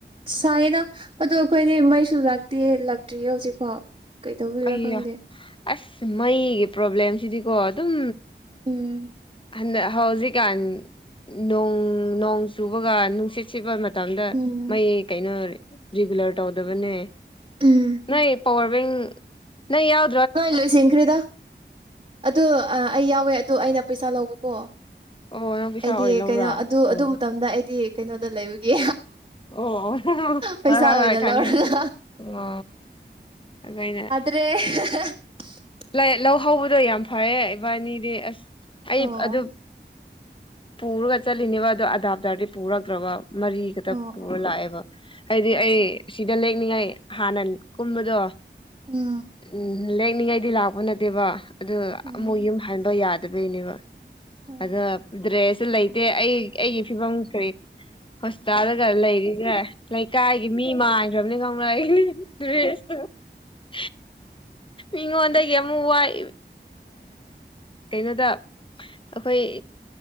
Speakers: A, on the right; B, on the left.
A: ꯁꯥꯏꯌꯦꯗ ꯑꯗꯣ ꯑꯩꯈꯣꯏꯗꯤ ꯃꯩꯁꯨ ꯂꯥꯛꯇꯦ ꯂꯛ ꯗ꯭ꯔꯤꯑꯦ ꯍꯧꯖꯤꯛꯐꯥꯎ ꯀꯩꯗꯧꯕꯤꯔꯥ
B: ꯑꯩꯌꯥ
A: ꯈꯪꯗꯦ
B: ꯑꯁ ꯃꯩꯒꯤ ꯄ꯭ꯔꯣꯕ꯭ꯂꯦꯝꯁꯤꯗꯤꯀꯣ ꯑꯗꯨꯝ
A: ꯎꯝ
B: ꯍꯟꯗꯛ ꯍꯧꯖꯤꯛꯀꯥꯟ ꯅꯣꯡ ꯅꯣꯡ ꯆꯨꯕꯒ ꯅꯨꯡꯁꯤꯠ ꯁꯤꯕ ꯃ ꯇꯝꯗ
A: ꯎꯝ
B: ꯃꯩ ꯀꯩꯅꯣ ꯔꯤꯒꯨꯂꯔ ꯇꯧꯗꯕꯅꯦ
A: ꯎꯝ
B: ꯅꯣꯏ ꯄꯋꯥꯔ ꯕꯦꯡ ꯅꯪ ꯌꯥꯎ
A: ꯍꯣꯏ ꯂꯣꯏꯁꯤꯟꯈ꯭ꯔꯦꯗ ꯑꯗꯨ ꯑꯩ ꯌꯥꯎꯋꯦ ꯑꯗꯨ ꯑꯩꯅ ꯄꯩꯁꯥ ꯂꯧꯕꯀꯣ
B: ꯑꯣ ꯅꯪ ꯄꯩꯁꯥ
A: ꯑꯩꯗꯤ
B: ꯑꯣꯏꯅ ꯂꯧꯕ꯭ꯔꯥ
A: ꯀꯩꯅꯣ ꯑꯗꯨ
B: ꯑꯣ
A: ꯑꯗꯨ ꯃꯇꯝꯗ ꯑꯩꯗꯤ ꯀꯩꯅꯣꯗ ꯂꯩꯕꯒꯤ
B: ꯑꯣ ꯍꯣ
A: ꯄꯩꯁꯥ
B: ꯍꯣꯏ
A: ꯑꯣꯏꯅ
B: ꯍꯣꯏ ꯈꯉ
A: ꯂꯧꯔꯒ
B: ꯑ ꯑꯩꯈꯣꯏꯅ
A: ꯇꯦ
B: ꯐꯩꯌꯦ ꯂꯧ ꯍꯧꯕꯗꯣ ꯌꯥꯝ ꯐꯌꯦ ꯏꯕꯥꯅꯤꯗꯤ ꯑꯁ ꯑꯩ
A: ꯑꯣ
B: ꯑꯗꯨ ꯄꯨꯔꯒ ꯆꯠꯂꯤꯅꯦꯕ ꯑꯗꯣ ꯑꯗꯥꯥꯞꯗꯥꯔꯗꯤ ꯄꯨꯔꯛꯇ꯭ꯔꯕ ꯃꯔꯤ
A: ꯑꯣ
B: ꯄꯨꯔ
A: ꯑꯣ
B: ꯂꯥꯛꯑꯦꯕ ꯍꯥꯏꯗꯤ
A: ꯑꯣ
B: ꯑꯩ ꯁꯤꯗ ꯂꯦꯛꯅꯤꯡꯉꯥꯏ ꯍꯥꯟꯅ ꯀꯨꯝꯕꯗꯣ
A: ꯎꯝ
B: ꯎꯝ ꯂꯦꯛꯅꯤꯉꯩꯗꯤ ꯂꯥꯛꯄ ꯅꯠꯇꯦꯕ ꯑꯗ
A: ꯎꯝ
B: ꯑꯃꯨꯛ ꯌꯨꯝ ꯍꯥꯟꯕ ꯌꯥꯗꯕꯩꯅꯦꯕ
A: ꯎꯝ
B: ꯑꯗ ꯗ꯭ꯔꯦꯁꯁꯨ ꯂꯩꯇꯦ ꯑꯩ ꯑꯩꯒꯤ ꯐꯤꯕꯝ ꯀꯔꯤ ꯍꯣꯁꯄꯤꯇꯥꯜꯗ ꯈꯔ ꯂꯩꯔꯤꯁꯦ ꯂꯩꯀꯥꯏꯒꯤ ꯃꯤ ꯃꯥꯟ ꯔꯝꯅꯤ ꯈꯪꯕꯔꯥ ꯑꯩ <unintelligible> ꯃꯤꯉꯣꯟꯗꯒꯤ ꯑꯃꯨꯛ ꯋꯥꯏ ꯀꯩꯅꯣꯗ ꯑꯩꯈꯣꯏ